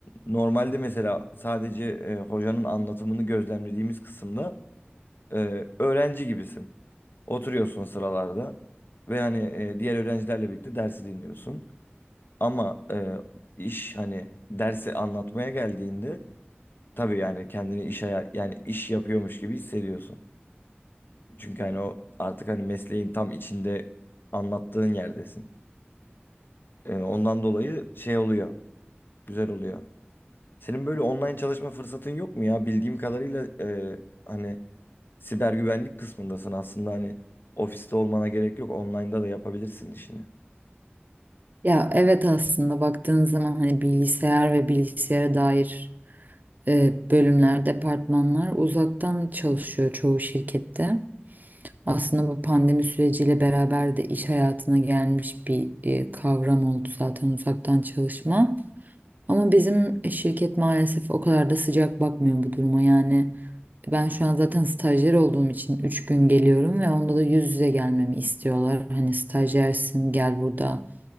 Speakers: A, on the left; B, on the right.
A: normalde mesela sadece e, hocanın anlatımını gözlemlediğimiz kısımda e, öğrenci gibisin. Oturuyorsun sıralarda ve hani e, diğer öğrencilerle birlikte dersi dinliyorsun. Ama e, iş hani dersi anlatmaya geldiğinde tabii yani kendini iş haya- yani iş yapıyormuş gibi hissediyorsun. Çünkü hani o artık hani mesleğin tam içinde anlattığın yerdesin. E, ondan dolayı şey oluyor. Güzel oluyor. Senin böyle online çalışma fırsatın yok mu ya? Bildiğim kadarıyla e, hani siber güvenlik kısmındasın aslında hani ofiste olmana gerek yok. Online'da da yapabilirsin işini.
B: Ya evet aslında baktığın zaman hani bilgisayar ve bilgisayara dair e, bölümler, departmanlar uzaktan çalışıyor çoğu şirkette. Aslında bu pandemi süreciyle beraber de iş hayatına gelmiş bir e, kavram oldu zaten uzaktan çalışma. Ama bizim şirket maalesef o kadar da sıcak bakmıyor bu duruma. Yani ben şu an zaten stajyer olduğum için 3 gün geliyorum ve onda da yüz yüze gelmemi istiyorlar. Hani stajyersin gel burada